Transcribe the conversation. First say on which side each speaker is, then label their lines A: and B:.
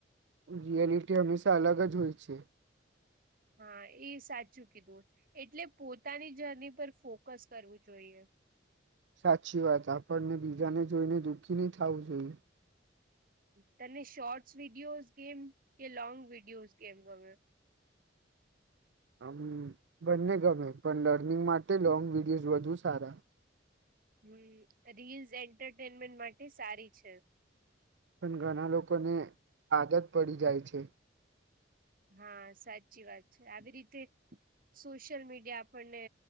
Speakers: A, on the right; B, on the right.
A: રિયાલિટી વિષે અલગ જ હોય છે.
B: હા એ સાચું કીધું એટલે પોતાની જર્ની પર ફોકસ કરવું જોઈએ.
A: સાચી વાત આપણને બીજાને જોઈને દુઃખી નહ થવું જોઈએ.
B: તને શોર્ટસ વિડીયોઝ ગેમ કે લોંગ વિડીયોઝ ગેમ ધમે.
A: હમ બંને ગમે પણ લર્નિંગ માટે લોંગ વિડીયોઝ વધુ સારા.
B: હમ રીલ્સ એન્ટરટેનમેન્ટ માટે સારી છે.
A: પણ ઘણા લોકોને આદત પડી જાય છે.
B: હા સાચી વાત છે આવી રીતે સોશિયલ મીડિયા આપણને